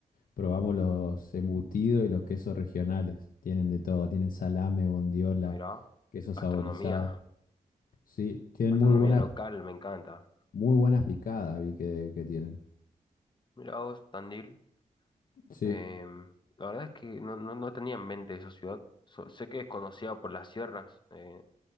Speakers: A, on the left (about 75°); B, on the left (about 35°).
A: Probamos los embutidos y los quesos regionales. Tienen de todo, tienen salame, bondiola,
B: Mirá,
A: queso saborizado.
B: gastronomía,
A: Sí, tienen
B: gastronomía
A: muy buenas,
B: local, me encanta.
A: muy buenas picadas, vi que, que tienen.
B: Mirá vos, Tandil.
A: Sí,
B: em, la verdad es que no, no, no tenía en mente esa ciudad. So- sé que es conocida por las sierras, eh,